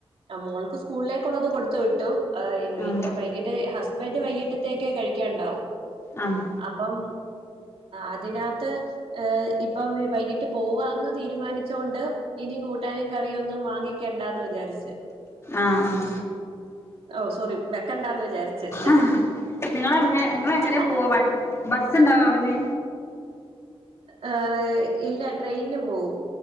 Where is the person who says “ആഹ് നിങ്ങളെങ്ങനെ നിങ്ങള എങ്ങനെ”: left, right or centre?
Left